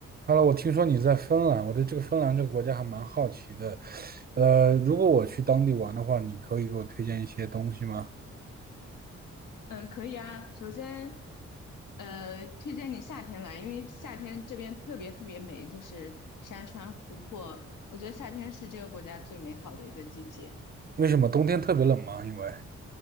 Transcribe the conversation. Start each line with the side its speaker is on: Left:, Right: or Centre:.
Right: 哈喽，我听说你在芬兰，我对这个芬兰这个国家还蛮好奇的。呃，如果我去当地玩的话，你可以给我推荐一些东西吗？
Left: 嗯，可以啊。首先，呃，推荐你夏天来，因为夏天这边特别特别美，就是山川湖泊。我觉得夏天是这个国家最美好的一个季节。
Right: 为什么冬天特别冷吗？因为